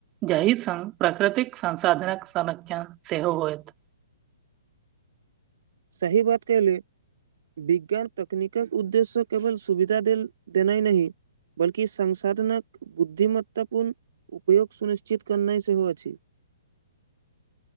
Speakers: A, on the right; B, on the right.
A: जहि संग प्राकृतिक संसाधनक संरक्षण सेहो होयत
B: सही बात केहलि विज्ञान तकनीकक उद्देश्य केवल सुविधा देल देनाय नहि बल्कि संसाधनक बुद्धिमत्तापूर्ण उपयोग सुनिश्चित करनाइ सेहो अछि